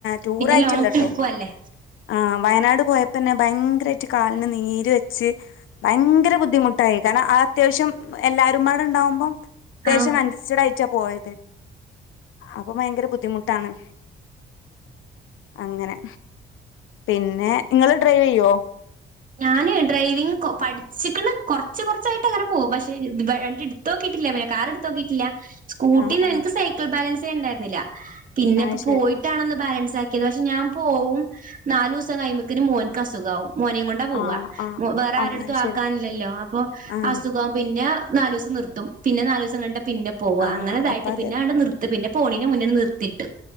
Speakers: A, on the left (about 80°); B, on the right (about 40°).
A: ടൂറായിട്ടല്ലട്ടോ
B: പിന്നെ ലോങ്ങ് ട്രിപ്പു അല്ലേ
A: ആ വയനാട് പോയപ്പോന്നെ ഭയങ്കരായിട്ട് കാലിന് നീര് വെ ച്ച് ഭയങ്കര ബുദ്ധിമുട്ടായി കാരണം അ അത്യാവശ്യം എല്ലാരുമ്പാടെ ഉണ്ടാവുമ്പം അത്യാവശ്യം
B: ആഹ്
A: കൺജ സ്റ്റഡായിട്ടാ പോയത് അപ്പൊ ഭയങ്കര ബുദ്ധിമുട്ടാണ് അങ്ങനെ പിന്നെ ഇങ്ങള് ഡ്രൈവ് ചെയ്യോ?
B: ഞാന് ഡ്രൈവിങ് കൊ പഠിച്ചിക്ക്‌ണ് കൊറച്ച് കൊറച്ചായിട്ട് അങ്ങനെ പോവും പക്ഷെ വണ്ടി ഇട് തോക്കിയിട്ടില്ല പിന്നെ കാറ് ഇട്ത്തോക്കിട്ടില്ല സ്കൂട്ടിന്നും
A: ആ ആ
B: എനിക്ക് സൈക്കിൾ ബാലൻസേ ഇണ്ടായിരുന്നില്ല പിന്നെ
A: ആ
B: ഇപ്പൊ
A: ശരി
B: പോയിട്ടാണ് ഒന്ന് ബാലൻസ് ആ ക്കിയത് പക്ഷെ ഞാൻ പോവും നാലൂസം കയുമ്പക്കിന് മോൻക്ക് അസുഖാവും മോനേം കൊൺ ട്ടാ പോവാ
A: ആഹ് ആഹ്
B: വേറെ ആരടുത്തും
A: ആഹ് ശരി
B: ആക്കാനില്ലല്ലോ അപ്പൊ
A: ആഹ്
B: അസുഖം പിന്നെ നാലൂസം നിർത്തും പിന്നെ നാലൂസം കഴിഞ്ഞിട്ട പിന്നെ പോവാ
A: ആഹ്
B: അങ്ങനെ ഇതായിട്ട്
A: അപ്പ അത്
B: പിന്നെ അങ്ങട്ട് നിർ ത്തി പിന്നെ പോണീന്റെ മുന്നണ്ണ് നിർത്തിട്ടു